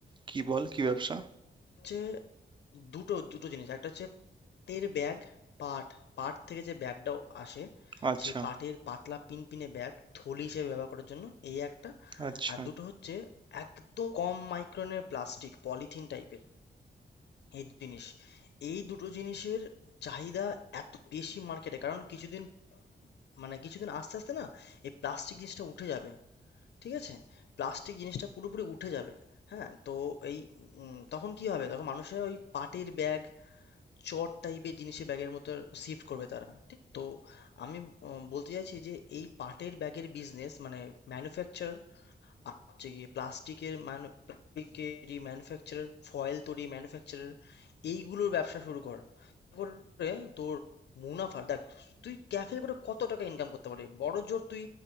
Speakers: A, on the right; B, on the left.
A: কি বল কি ব্যবসা
B: হচ্ছে দুটো দুটো জিনিস একটা হচ্ছে পাটের ব্যাগ পাট পাট থেকে যে ব্যাগটা আসে
A: আচ্ছা
B: সেই পাটের পাতলা পিনপিনে ব্যাগ থলি হিসেবে ব্যবহার করার জন্য এই একটা
A: আচ্ছা
B: আর দুটো হচ্ছে একদম কম মাইক্রনের প্লাস্টিক পলিথিন টাইপের এই দু জিনিস এই দুটো জিনিসের চাহিদা এত বেশি মার্কেটে কারণ কিছুদিন মানে কিছুদিন আস্তে আস্তে না এই প্লাস্টিক জিনিসটা উঠে যাবে ঠিক আছে প্লাস্টিক জিনিসটা পুরোপুরি উঠে যাবে হ্যাঁ তো এই উম, তখন কি হবে তখন মানুষের ওই পাটের ব্যাগ চট টাইপের জিনিসে ব্যাগের মতো শিফট করবে তারা ঠিক তো আমি উম, বলতে চাইছি যে এই পাটের ব্যাগের বিজনেস মানে ম্যানুফ্যাকচার আ- হচ্ছে গিয়ে প্লাস্টিকের মান প্লাস্টিকের যে ম্যানুফ্যাকচারার ফয়েল তৈরি ম্যানুফ্যাকচারার এইগুলোর ব্যবসা শুরু কর করে তোর মুনাফা দেখ তুই ক্যাফে করে কত টাকা ইনকাম করতে পারবি বড় জোর তুই